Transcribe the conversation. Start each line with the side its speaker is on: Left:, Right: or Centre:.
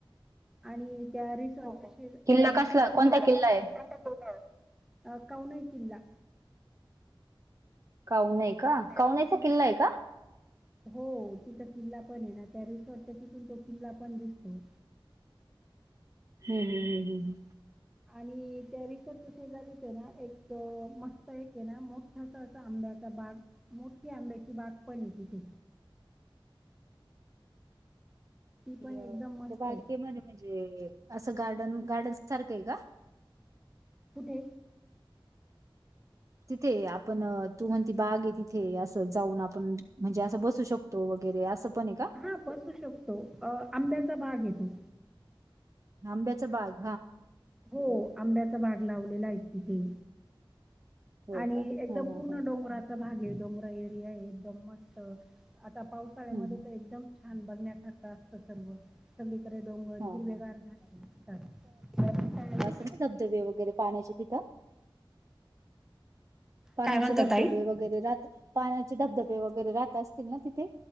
Centre: आणि त्या रिसॉर्टच्या शेजा
Right: किल्ला
Centre: त्या रिसर्च
Right: कसला
Centre: रिसॉर्टच्या
Right: कोणता किल्ला आहे
Centre: शेजारी ना. अ काहून हाय किल्ला.
Right: कवना आहे का
Centre: आणि
Right: कवनाचा किल्ला आहे का.
Centre: हो तिथं किल्ला पण आहे ना त्या रिसॉर्ट तिथून तो किल्ला पण दिसतो.
Right: हो हो हो हो हो हो,
Centre: आणि त्या रिसॉर्टच्या शेजारी तर ना एक मस्त एक. तेना मोठासा अस आंब्याचा बाग मोठी आंब्याची बाग पण येतिथे.
Right: ती
Centre: पण
Right: अ
Centre: एकदम मस्त
Right: त्या बागेमध्ये
Centre: आहे.
Right: म्हणजे असं गार्डन गार्डन सारखं आहे का.
Centre: कुठे.
Right: तिथे आपण तू म्हणती बाग आहे तिथे असं जाऊन आपण म्हणजे असं बसू शकतो. तो वगैरे असं पण आहे का.
Centre: हा बसू शकतो. तो अ आंब्याचा भाग येतो.
Right: आंब्याचा भाग.
Centre: हो आंब्याचा भाग लावलेला आहे तिथे.
Right: हो
Centre: आणि
Right: का हा
Centre: एकदम
Right: हा
Centre: पूर्ण
Right: हा
Centre: डोंगराचा भाग आहे डोंगरा एरिया आहे एकदम मस्त आता पाऊस. तळ्यामध्ये
Right: हम्म हम्म.
Centre: तर एकदम छान बघण्यासारखं असत सर्व. सगळीकडे डोंगर
Right: हा
Centre: हिरवेगार
Right: हा हा
Centre: झाले असतात.
Right: रा धबधबे वगैरे पाण्याचे तिथं. पाण्याचे
Centre: काय म्हणता
Right: धबधबे
Centre: ताई?
Right: वगैरे राहत पाण्याचे धबधबे वगैरे राहत असतील ना तिथे.